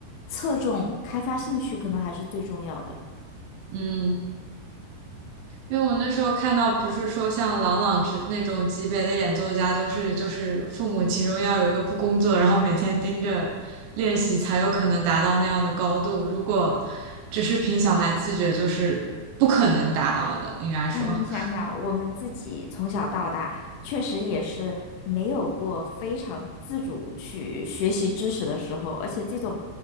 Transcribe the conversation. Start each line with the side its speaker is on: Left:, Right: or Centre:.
Left: 侧重开发兴趣可能还是最重要的。
Right: 嗯。因为我那时候看到，不是说像郎朗之那种级别的演奏家，都是就是父母其中要有一个不工作，然后每天盯着练习，才有可能达到那样的高度。如果只是凭小孩自觉，就是不可能达到的，应该说。
Left: 那你想想，我们自己从小到大，确实也是没有过非常自主去学习知识的时候，而且这种